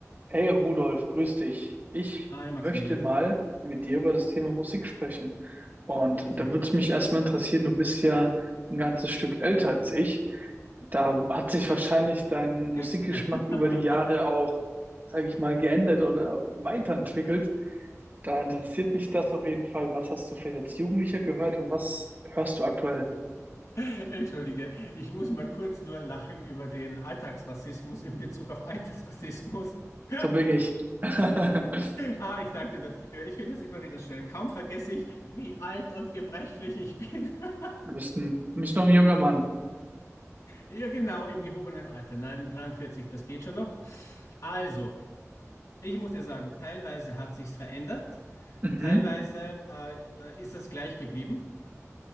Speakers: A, on the right; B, on the left.
A: Hey Rudolf, grüß dich. Ich
B: Hi Maximilian.
A: möchte mal mit dir über das Thema Musik sprechen. Und
B: Ja,
A: da
B: sehr gern.
A: würde es mich erstmal interessieren, du bist ja ein ganzes Stück älter als ich. Da hat sich wahrscheinlich dein Musikgeschmack
B: <laughs>
A: über die Jahre auch, sage ich mal, geändert oder weiterentwickelt. Da interessiert mich das auf jeden Fall. Was hast du vielleicht als Jugendlicher gehört und was hörst du aktuell?
B: Entschuldige, ich muss mal kurz nur lachen über den Alltagsrassismus in Bezug auf Altersrassismus. <laughs>
A: So bin ich. <laughs>
B: Ah, ich danke dir dafür. Ich finde es immer wieder schön. Kaum vergesse ich, wie alt und gebrechlich ich bin. <laughs>
A: Du bist ein, du bist noch ein junger Mann.
B: Ja, genau, im gehobenen Alter. Nein, mit 43, das geht schon noch. Also, ich muss dir sagen, teilweise hat sich's verändert,
A: Mhm.
B: teilweise äh, äh, ist es gleich geblieben.